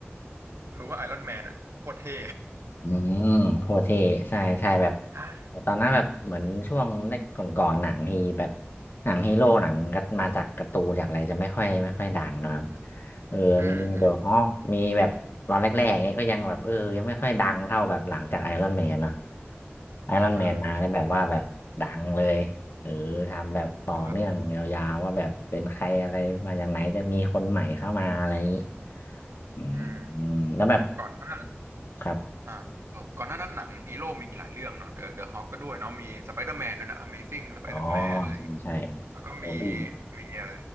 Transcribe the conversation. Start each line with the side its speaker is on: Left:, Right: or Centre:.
Right: รู้ว่าไอรอนแมนอ่ะโคตรเท่
Left: อืมโคตรเท่ใช่ใช่แบบ
Right: <laughs> ใช่
Left: ตอนนั้นแบบ เหมือนช่วงแรกก่อนๆหนังฮีแบบ หนังฮีโร่หนังก็มาจากการ์ตูนจากอะไรจะไม่ค่อยไม่ค่อยดังนะครับ เออมีเดอะฮอคมีแบบตอนแรกๆเนี้ยก็ยังแบบเออ
Right: <laughs> อืมอืม
Left: ยังไม่ค่อยดังเท่าแบบหลังจากไอรอนแมนเนาะ ไอรอนแมนมาได้แบบว่าแบบดังเลยหรือทำแบบต่อเนื่องยาวๆว่าแบบเป็นใครอะไรมาจากไหนจะมีคนใหม่เข้ามาอะไรอย่างนี้
Right: อ่าใช่ครับผม
Left: อืมอืมแล้วแบบ
Right: อืมก่อนหน้านั้น
Left: ครับ
Right: อ่าเอก่อนหน้านั้นหนังฮีโร่มีหลายเรื่องเนาะเดอะเดอะฮอคก็ด้วยเนาะมีสไปเดอร์แมนด้วยนะ Amazing สไปเดอร์แมนอะไรอย่างเงี้ย
Left: อ๋อใช่ใช่
Right: แล้วก็มี
Left: โอบี้
Right: มีอะไร